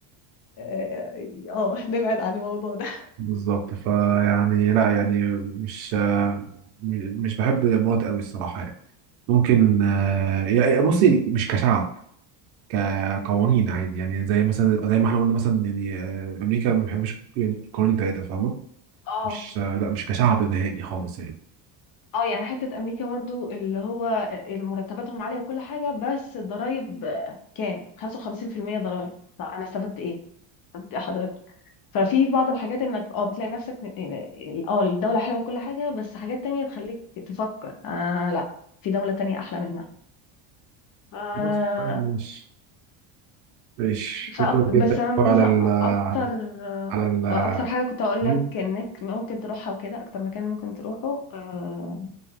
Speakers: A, on the left (about 45°); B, on the right (about 80°).
A: اه آه، نبعد عن الموضوع ده
B: بالظبط فيعني لا يعني مش آه، مش بحب الإمارات أوي الصراحة يعني ممكن آه، يعني بصي مش كشعب كقوانين عادي يعني زي مثلا زي ما احنا قلنا مثلا يعني آه، أمريكا ما بحبش يعني القوانين بتاعتها فاهمة
A: اه
B: مش لا مش كشعب نهائي خالص يعني
A: اه يعني حتة امريكا برضو اللي هو مرتباتهم عالية وكل حاجة بس الضرايب آه، كام 55% ضرايب طب انا استفدت ايه استفدت ايه حضرتك ففي بعض الحاجات انك اه بتلاقي نفسك م- اه الدولة حلوة وكل حاجة بس حاجات تانية تخليك تفكر آه لا في دولة تانية احلى منها آه
B: خلاص تمام، ماشي ماشي
A: فأكتر
B: شكرا
A: بس
B: جدا
A: أنا
B: على
A: مثلا
B: ال على
A: اكتر آه،
B: على ال
A: اكتر حاجة كنت اقول
B: مم؟
A: لك انك ممكن تروحها وكده اكتر مكان ممكن تروحه آه،